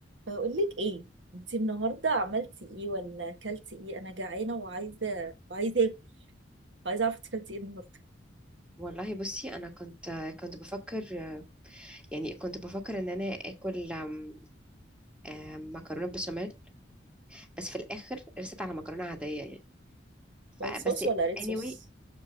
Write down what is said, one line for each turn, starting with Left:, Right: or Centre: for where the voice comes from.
Right: بقولك ايه انتي النهارده عملتي ايه ولا اكلتي ايه انا جعانه وعايزه وعايزه اكل عايزه اعرف انتي اكلتي ايه النهارده
Centre: والله بصي انا كنت كنت بفكر يعني كنت بفكر ان انا اكل أم، أم، مكرونه بشاميل بس في الاخر رست على مكرونه عاديه يعني
Right: وايت
Centre: فبس
Right: صوص ولا ريد
Centre: anyway
Right: صوص